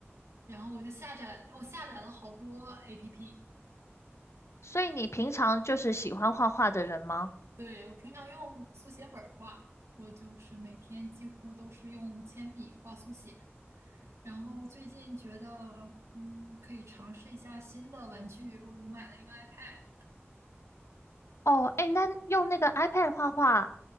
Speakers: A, on the right (about 85°); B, on the left (about 75°).
A: 然后我就下载，我下载了好多 APP。
B: 所以你平常就是喜欢画画的人吗？
A: 对，我平常用速写本儿画，我就是每天几乎都是用铅笔画速写。然后最近觉得，嗯，可以尝试一下新的玩具，我就买了一个 iPad。
B: 哦，哎，那用那个 iPad 画画